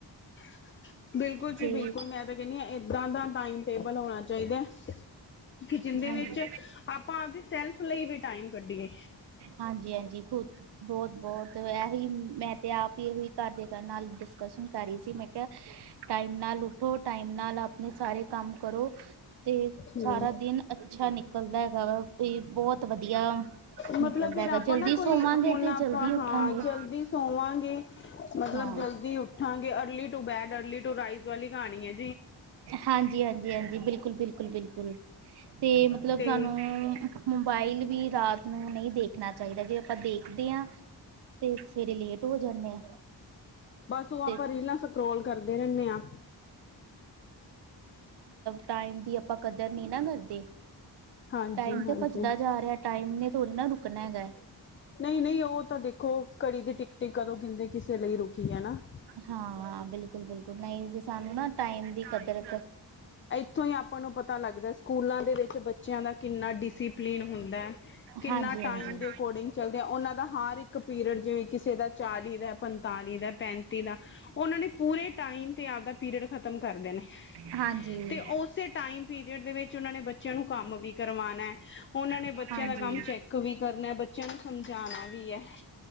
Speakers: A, on the left; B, on the right.
A: <inaudible> ਬਿਲਕੁੱਲ ਜੀ
B: ਤੇ
A: ਬਿਲਕੁੱਲ ਮੈਂ ਤਾਂ ਕਹਿੰਦੀ ਹਾਂ ਏਦਾਂ ਦਾ ਟਾਇਮ ਟੇਬਲ ਹੋਣਾ ਚਾਹੀਦਾ। ਕੀ ਜਿੰਦੇ
B: ਹਾਂਜੀ
A: ਵਿੱਚ ਆਪਾਂ ਆਪਦੀ ਸੈਲਫ ਲਈ ਵੀ ਟਾਇਮ ਕੱਢੀਏ।
B: ਹਾਂਜੀ- ਹਾਂਜੀ ਖੁੱਦ ਬਹੁਤ ਬਹੁਤ ਇਹੀ ਮੈਂ ਤੇ ਆਪ ਹੀ ਇਹੋ ਹੀ ਘਰ ਦੇ ਨਾਲ ਡਿਸਕਸ਼ਨ ਕਰ ਰਹੀ ਸੀ ਮੈਂ ਟਾਇਮ ਨਾਲ ਉੱਠੋ। ਟਾਈਮ ਨਾਲ ਆਪਣੇ ਸਾਰੇ ਕੰਮ ਕਰੋ ਤੇ
A: ਹਮ
B: ਸਾਰਾ ਦਿਨ ਅੱਛਾ ਨਿਕਲ ਨਿਕਲਦਾ ਹੈਗਾ ਵਾ ਵੀ ਬਹੁਤ ਵਧੀਆ
A: ਮਤਲਬ
B: ਨਿਕਲਦਾ
A: ਫਿਰ
B: ਹੈਗਾ
A: ਆਪਾਂ
B: ਜਲਦੀ
A: ਨਾ ਕੋਈ
B: ਸੋਵਾਂਗੇ
A: ਹੁਣ
B: ਤੇ
A: ਆਪਾਂ
B: ਜਲਦੀ ਉੱਠਾਂਗੇ
A: ਹਾਂ ਜਲਦੀ ਸੋਵਾਂਗੇ। ਮਤਲਬ
B: ਹਾਂ
A: ਜਲਦੀ ਉਠਾਂਗੇ early to bed early to rise ਵਾਲੀ ਕਹਾਣੀ ਏ।
B: ਹਾਂਜੀ -ਹਾਂਜੀ- ਹਾਂਜੀ ਬਿਲਕੁਲ- ਬਿਲਕੁਲ- ਬਿਲਕੁਲ ਤੇ ਮਤਲਬ
A: ਤੇ
B: ਸਾਨੂੰ ਏ। ਮੋਬਾਈਲ ਵੀ ਰਾਤ ਨੂੰ ਨਹੀਂ ਦੇਖਣਾ ਚਾਹੀਦਾ ਜੇ ਆਪਾਂ ਦੇਖਦੇ ਹਾਂ ਤੇ ਸਵੇਰੇ ਲੇਟ ਹੋ ਜਾਂਦੇ ਆ
A: ਬੱਸ ਉਹ
B: ਤੇ
A: ਆਪਾਂ ਰੀਲਾਂ ਸਕ ਸਕਰੋਲ ਕਰਦੇ ਰਹਿੰਦੇ ਆਂ।
B: ਟਾਇਮ ਦੀ ਆਪਾਂ ਕਦਰ ਨੀ ਨਾ ਕਰਦੇ
A: ਹਾਂਜੀ
B: ਟਾਇਮ
A: ਹਾਂਜੀ
B: ਤੇ ਭੱਜਦਾ ਜਾ ਰਿਹਾ। ਟਾਈਮ ਨੇ ਥੋੜਾ ਨਾ ਰੁਕਣਾ ਹੈਗਾ।
A: ਨਹੀਂ -ਨਹੀਂ ਉਹ ਤਾਂ ਦੇਖੋ ਘੜੀ ਦੀ ਟਿਕ- ਟਿਕ ਕਦੋਂ ਕਿਂਦੇ ਕਿਸੇ ਲਈ ਰੁਕੀ ਹੈ ਨਾ।
B: ਹਾਂ ਬਿਲਕੁਲ- ਬਿਲਕੁਲ ਨਹੀਂ ਜੇ ਸਾਨੂੰ ਨਾ ਟਾਈਮ ਦੀ ਕਦਰ
A: ਉਥੋਂ ਹੀ ਆਪਾਂ ਨੂੰ ਪਤਾ ਲੱਗਦਾ ਸਕੂਲਾਂ ਦੇ ਵਿੱਚ ਬੱਚਿਆਂ ਦਾ ਕਿੰਨਾ ਡਿਸਪਲੀਿਨ ਹੁੰਦਾ। ਕਿੰਨਾ
B: ਹਾਂਜੀ
A: ਟਾਈਮ
B: ਹਾਂਜੀ
A: ਦੇ ਅਕੋਰਡਿੰਗ ਚੱਲਦੇ ਆ ਉਹਨਾਂ ਦਾ ਹਰ ਇੱਕ ਪੀਰੀਅਡ ਜਿਵੇਂ ਕਿਸੇ ਦਾ ਚਾਲੀ ਦਾ ਪੰਤਾਲੀ ਦਾ ਪੈਂਤੀ ਪੈਂਤੀ ਦਾ ਉਹਨਾਂ ਨੇ ਪੂਰੇ ਟਾਈਮ ਤੇ ਆਪਦਾ ਪੀਰੀਅਡ ਖਤਮ ਕਰ ਦੇਨਾ।
B: ਹਾਂਜੀ
A: ਤੇ ਉਸੇ ਟਾਈਮ ਪੀਰੀਅਡ ਦੇ ਵਿੱਚ ਉਹਨਾਂ ਨੇ ਬੱਚਿਆਂ ਨੂੰ ਕੰਮ ਵੀ ਕਰਵਾਂਣਾ। ਉਹਨਾਂ ਨੇ
B: ਹਾਂਜੀ
A: ਬੱਚਿਆਂ ਦਾ ਕੰਮ
B: ਹਾਂਜੀ
A: ਚੈੱਕ ਵੀ ਕਰਨਾ ਬ ਬਚਿਆਂ ਨੂੰ ਸਮਝਾਣਾ ਵੀ ਹੈ